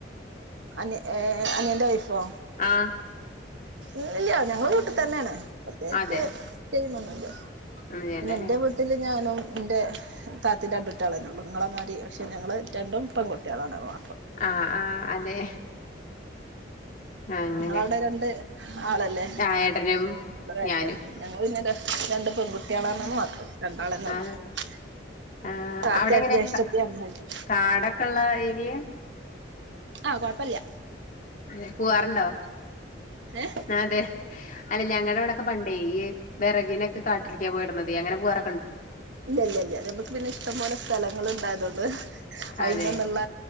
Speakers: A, on the right; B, on the left.
A: അനി എ ഏ അനിയന്റെ വൈഫോ?
B: ആ
A: ഒന്നുല്ല്യ ഞങ്ങള് വീട്ടിത്തന്നെയാണ് പ്രത്യേയിച്ച്
B: അതെ
A: ചെയ്യുന്നൊന്നുല്ല്യ.
B: ഒന്നും ചെയ്യണ്ടല്ലേ
A: പിന്നെ എന്റെ വീട്ടില് ഞാനും എൻ്റെ താത്തി രണ്ടുട്ട്യാളെന്നെയാള്ളൂ നിങ്ങളെമാതിരി പക്ഷേ ഞങ്ങൾ രണ്ടും പെൺകുട്ടികളാണവ
B: ആഹ് ആഹ് അതെ. അങ്ങനെ
A: നിങ്ങളവിടെ രണ്ട് ആളല്ലേ?
B: ആ ഏട്ടനും
A: ന്നേ ഏട്ടൻ
B: ഞാനും
A: ഞങ്ങൾ പിന്നെ രണ്ട് പെൺകുട്ടികളാണാന്ന് മാത്രം. രണ്ടാളെ <unintelligible>
B: ആ ആ
A: തത്തയറിഞ്ഞയിഷ്ടത്തിഅന്നരിതും
B: അവിടെ എങ്ങനെ കാടൊക്കെ ഉള്ള ഏരിയ
A: ആ കൊഴപ്പല്യാ.
B: അതെ പൂവാറുണ്ടോ?
A: ഏ
B: അതെ അല്ലെ ഞങ്ങടെ അവിടൊക്കെ പണ്ടെ ഈ വേറഗിനെക്കെ കാട്ടിൽക്കാ പോയിടന്നതെ അങ്ങനെ പോവാറ
A: ഇല്ല ഇല്ല ഇല്ല ഞമ്മക്ക് പിന്നെ ഇഷ്ടംപലെ സ്ഥലങ്ങൾ ഇണ്ടായതുകൊണ്ട്. അയിനൊന്നുള്ള
B: അതെ